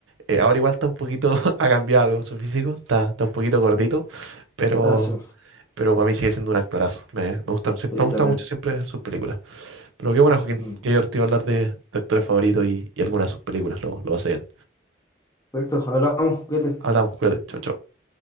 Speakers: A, on the right; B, on the left.
A: Eh, ahora igual está un poquito, <laughs> ha cambiado algo su físico, está, está un poquito gordito, pero
B: Ah, sí,
A: Pero para mí sigue siendo un actorazo. Me, me gustan, siempre,
B: sí,
A: me gustan
B: también.
A: mucho siempre sus películas. Pero qué bueno Joaquín.
B: Mm.
A: Qué divertido hablar de, de actores favoritos y, y algunas de sus películas. Lo, lo hace bien.
B: Perfecto, hablamos, cuídate.
A: Hablamos, cuídate. chao chao